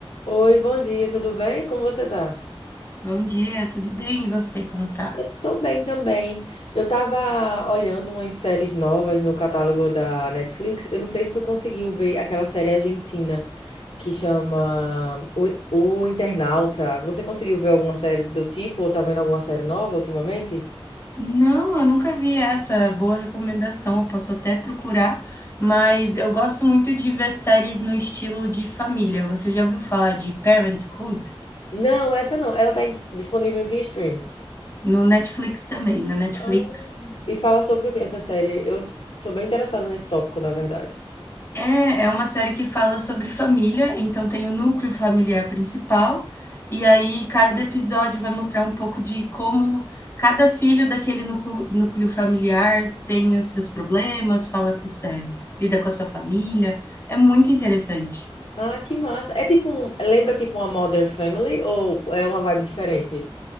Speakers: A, on the left; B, on the left.
A: Oi, bom dia, tudo bem? Como você tá?
B: Bom dia, tudo bem? E você, como tá?
A: Eu tô bem também. Eu tava olhando umas séries novas no catálogo da Netflix. Eu não sei se tu conseguiu ver aquela série argentina que chama O, O Internauta. Você conseguiu ver alguma série do tipo ou tá vendo alguma série nova ultimamente?
B: Não, eu nunca vi essa boa recomendação. Eu posso até procurar, mas eu gosto muito de ver séries no estilo de família. Você já ouviu falar de Parenthood?
A: Não, essa não. Ela tá em- disponível em que streaming?
B: No Netflix também, na Netflix.
A: Ah, E fala sobre o que essa série? Eu sou bem interessada nesse tópico, na verdade.
B: É, é uma série que fala sobre família, então tem o núcleo familiar principal, e aí cada episódio vai mostrar um pouco de como cada filho daquele núcleo, núcleo familiar tem os seus problemas, fala com, os- é, lida com a sua família. É muito interessante.
A: Ah, que massa. É tipo um. Lembra tipo uma Modern Family ou é uma vibe diferente?